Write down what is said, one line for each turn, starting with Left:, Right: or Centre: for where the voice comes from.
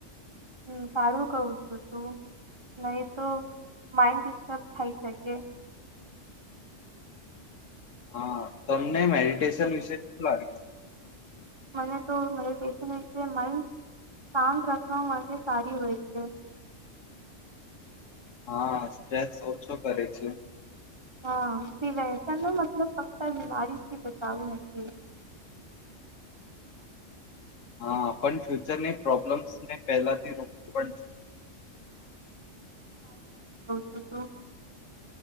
Right: હમ સારું કહું છું તું, નહી તો માઈન્ડ ડિસ્ટર્બ થઈ શકે.
Left: હા તમને મેડિટેશન વિશે શું લાગે છે?
Right: મને તો મરે છેન છે મન શાંત રાખવા માટે સારી હોય છે.
Left: હા સ્ટ્રેસ ઓછો કરે છે.
Right: હા કે વહેસણ ન મતલબ ફક્ત બીમારીથી બચાવું નથી.
Left: હા. પણ ફ્યુચરને પ્રોબ્લેમ્સને પહેલાથી રોકવું પણ છે.
Right: તો તો